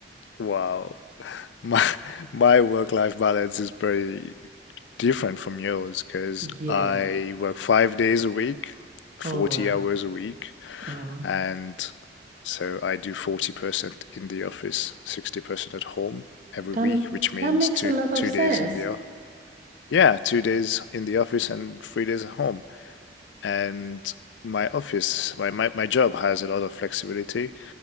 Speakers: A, on the left (about 90°); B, on the right (about 45°).
A: wow, my my work-life balance is pretty different from yours because
B: Yeah.
A: I work five days a week, 40
B: Oh wow.
A: hours a week,
B: Oh,
A: and so I do 40% in the office, 60% at home every
B: that
A: week, which means
B: that makes
A: two
B: a lot of
A: two
B: sense.
A: days in the o- yeah, two days in the office and three days at home. And my office, my, my my job has a lot of flexibility.